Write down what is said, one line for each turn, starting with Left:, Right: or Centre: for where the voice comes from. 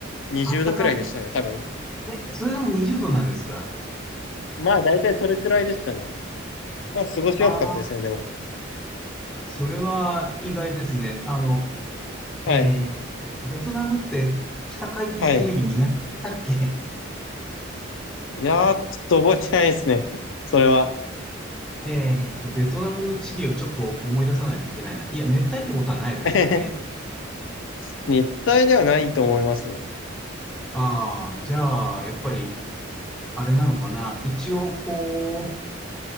Left: 20度くらいでしたね、
Centre: あったかい。
Left: 多分。
Centre: え、それでも20度なんですか
Left: まあ大体それくらいでしたね。まあ過ごしやすかったですね、
Centre: ああ
Left: でも。
Centre: それは意外ですね。あの、
Left: はい。
Centre: えー、ベトナムって北回帰線より、
Left: はい。
Centre: だっけ
Left: いやー、ちょっと覚えてないですね。それは。
Centre: <laughs> えーっと、ベトナムの地理をちょっと思い出さないといけないな。いや、熱帯ってことはないですよね。
Left: <laughs> 熱帯ではないと思いますね。
Centre: ああ、じゃあ、やっぱり、あれなのかな。一応、こ